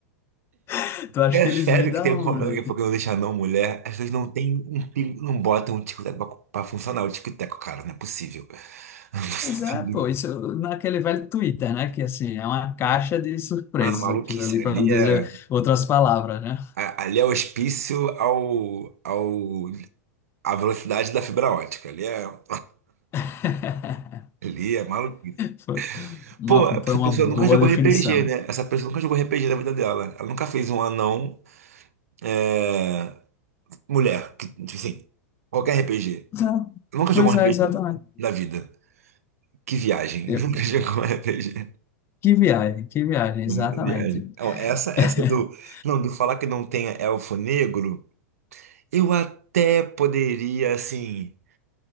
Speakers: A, on the left; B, on the right.
A: <laughs> Tu acha
B: É
A: que eles
B: sério
A: vêm da
B: que tem
A: onde?
B: um problema que
A: Tipo,
B: foi que não deixa não mulher. As pessoas não tem um pingo, não botam um tico-teco pra, pra funcionar o tico-teco, cara. Não é possível. <laughs> Não é possível.
A: Mas é, pô, isso naquele velho Twitter, né? Que assim, é uma caixa de surpresas
B: Ah, maluquice.
A: aquilo ali,
B: Ali
A: para não dizer
B: é,
A: outras palavras, né?
B: a- ali é hospício ao, ao A velocidade da fibra ótica. Ali é, <laughs>
A: <laughs>
B: ali é maluquice.
A: Foi uma,
B: Pô, essa
A: foi uma
B: pessoa
A: boa
B: nunca jogou
A: definição.
B: RPG, né? Essa pessoa nunca jogou RPG na vida dela. Ela nunca fez um anão é, mulher. Que, tipo assim, qualquer RPG.
A: Tá.
B: Nunca
A: Pois
B: jogou um
A: é,
B: Sim. RPG
A: exatamente.
B: na vida. Que viagem.
A: Eu-
B: <laughs> Nunca jogou um RPG.
A: que viagem, que viagem, exatamente.
B: É Muita viagem. Então, essa, essa
A: <laughs>
B: do. Não, do falar que não tem elfo negro, eu até poderia, assim.